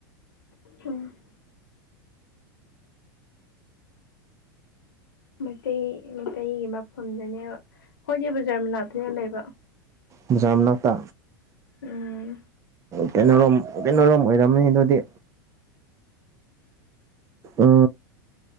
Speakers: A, on the left; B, on the right.
A: <unintelligible> ꯃꯩꯇꯩ ꯃꯩꯇꯩꯒꯤ ꯃꯐꯝꯗꯅꯦꯕ ꯑꯩꯏꯅꯦ ꯕꯖꯥꯔ ꯃꯅꯥꯛꯇꯅꯦ ꯂꯩꯕ
B: ꯕꯖꯥꯔ ꯃꯅꯥꯛꯇ
A: ꯎꯝ
B: ꯀꯩꯅꯣꯔꯣꯝ ꯀꯩꯅꯣꯔꯣꯝ ꯑꯣꯏꯔ <unintelligible> ꯗꯨꯗꯤ ꯎ